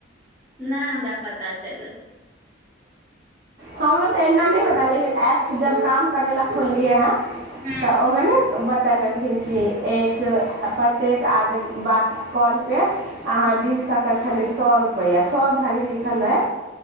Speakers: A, in the centre; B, on the right.
A: नहि हमरा पता चलल
B: हमरो तऽ एना नहि पता लेकिन एऐपस जब काम करै लए खोललियै हँ
A: हँ
B: तऽ ओहिमे ने बत त कहलखिन कि एक प्रत्येक आदमी बात कॉलपर अहाँ
A: हँ
B: जे सकत छलै सए रुपैआ सए धरि लिखल रहै